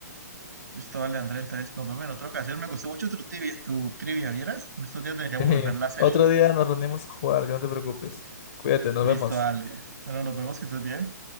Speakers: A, on the right; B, on the left.
A: Listo, dale, Andrés, entonces nos vemos en otra ocasión. Me gustó mucho tu trivia, tu trivia, ¿vieras? En estos días deberíamos
B: <laughs> Sí.
A: volverla a hacer.
B: Otro día nos reunimos a jugar, que no te preocupes. Cuídate, nos
A: Listo,
B: vemos.
A: dale. Bueno, nos vemos, que estés bien.